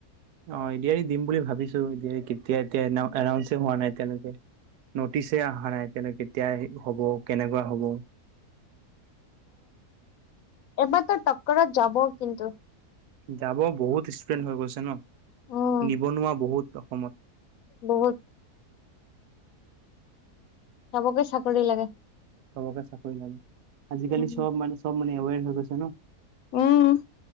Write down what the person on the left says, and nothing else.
এবাৰ তো টক্কৰত যাব কিন্তু।
উম,
বহুত। চবকে চাকৰি লাগে।
উম,
উম।